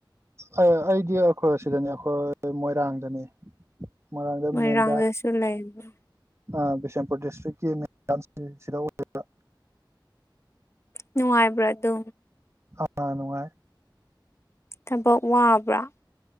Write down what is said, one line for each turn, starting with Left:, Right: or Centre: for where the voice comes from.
Right: ꯑ ꯑꯩꯗꯤ ꯑꯩꯈꯣꯏ ꯁꯤꯗꯅꯦ ꯑꯩꯈꯣꯏ ꯃꯣꯏꯔꯥꯡꯗꯅꯦ ꯃꯣꯢꯔꯥꯡꯗ
Left: ꯃꯣꯏꯔꯥꯡꯗꯁꯨ
Right: ꯃꯦꯟꯕꯥꯔꯟ
Left: ꯂꯩꯕ꯭ꯔꯥ
Right: ꯑ ꯕꯤꯁꯦꯝꯄꯨꯔ ꯗꯤꯁꯇ꯭ꯔꯤꯛꯀꯤ ꯁꯤꯗ ꯑꯣꯏꯔꯤꯕ
Left: ꯅꯨꯡꯉꯥꯏꯕ꯭ꯔꯥ ꯑꯗꯨ
Right: ꯑ ꯅꯨꯡꯉꯥꯏ
Left: ꯊꯕꯛ ꯋꯥꯕ꯭ꯔꯥ